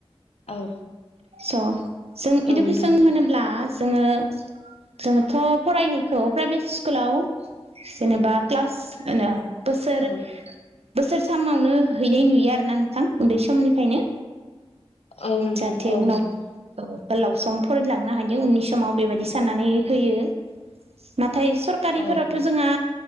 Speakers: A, on the left (about 85°); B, on the right (about 80°).
A: औ
B: स' जों इडुकेसन
A: औ नोंथां
B: होनोब्ला जोङो जोङोथ' फरायनायखौ प्राइभेट स्कुलाव जेनेबा क्लास होनो बोसोर
A: औ
B: बोसोरथामावनो हैनाय नुयो आरो ना नोंथां उन्दै समनिफ्रायनो
A: औ नोंथां
B: जाहाथे
A: औ
B: उनाव
A: नोंथां
B: औ गोलाव सम फरायलांनो हायो उननि समाव बेबायदि साननानै होयो ना थाय सरकारिफोरावथ'
A: औ
B: जोंहा